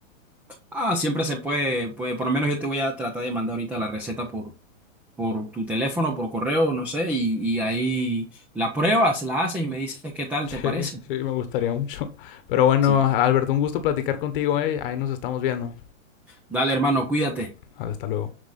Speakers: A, in the centre; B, on the left.
A: Ah, siempre se puede, puede, por lo menos yo te voy a tratar de mandar ahorita la receta por, por tu teléfono, por correo, no sé, y, y ahí la pruebas, la haces y me dices qué tal
B: <laughs>
A: te parece.
B: sí, sí, me gustaría mucho. Pero bueno,
A: Sí.
B: Alberto, un gusto platicar contigo, ¿eh? Ahí nos estamos viendo.
A: Dale, hermano, cuídate.
B: Hasta luego.